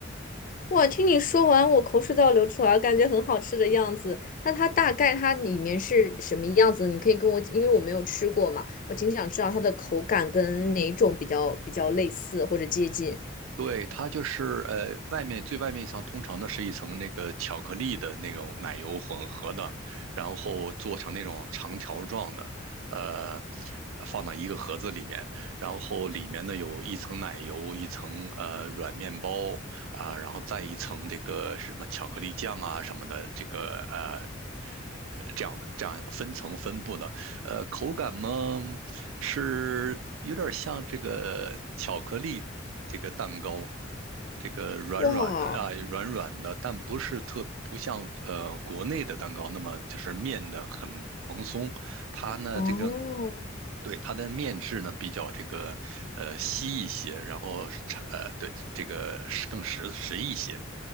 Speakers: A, on the left; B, on the right.
A: 哇，听你说完，我口水都要流出来了，感觉很好吃的样子。那它大概它里面是什么样子？你可以跟我，因为我没有吃过嘛，我挺想知道它的口感跟哪种比较比较类似或者接近。
B: 对，它就是呃，外面最外面一层通常呢是一层那个巧克力的那种奶油混合的，然后做成那种长条状的，呃，放到一个盒子里面，然后里面呢有一层奶油，一层呃软面包啊，然后再一层这个什么巧克力酱啊什么的，这个呃。这样这样分层分布的，呃，口感嘛，是有点像这个巧克力这个蛋糕，这个软软的啊，
A: 哇，
B: 软软的，但不是特不像呃国内的蛋糕那么就是面的很蓬松，它呢这个。
A: 哦，
B: 对，它的面质呢比较这个，呃稀一些，然后是呃对这个是更实实一些。